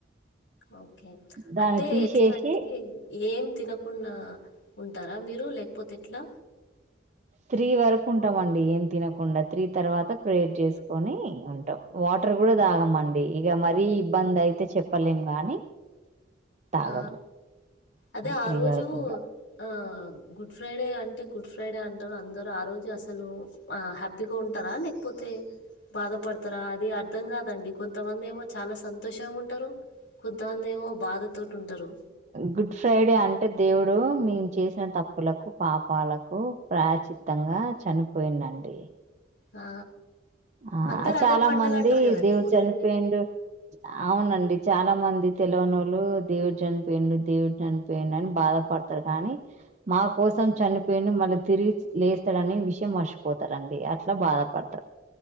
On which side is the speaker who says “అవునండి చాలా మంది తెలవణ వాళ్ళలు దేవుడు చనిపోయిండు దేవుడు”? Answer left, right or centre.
Right